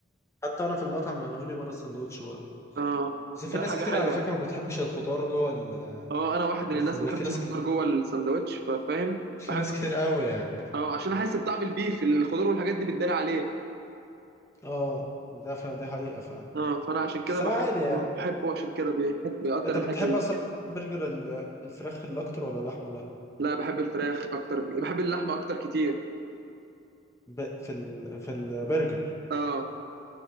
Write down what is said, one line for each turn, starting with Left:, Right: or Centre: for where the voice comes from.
Left: حتى انا في المطعم جابوه لي بره السندوتش برضه
Right: اه
Left: بس في
Right: ده
Left: ناس
Right: حاجه
Left: كتير
Right: حلوه
Left: على فكره ما بتحبش الخضار جوه ال-
Right: اه انا واحد
Left: جوه
Right: من الناس
Left: السندوتش
Right: ما بحبش
Left: في ناس
Right: الخضار
Left: كتير
Right: جوه السندوتش ففاهم
Left: في
Right: بحب
Left: ناس كتير قوي يعني
Right: اه عشان احس بطعم البيف الخضار والحاجات دي بتداري عليه
Left: اه ده ف... دي حقيقه فعلا
Right: اه فانا عشان كده
Left: بس
Right: بحب
Left: انا عادي يعني
Right: بحبه عشان كده بيحب بيقدر
Left: انت
Right: الحته
Left: بتحب
Right: دي
Left: اصلا برجر ال- الفراخ اللي اكتر ولا اللحمه اللي اكتر
Right: لا بحب الفراخ اكتر بحب اللحمه اكتر كتير
Left: ب... في ال... في البرجر
Right: اه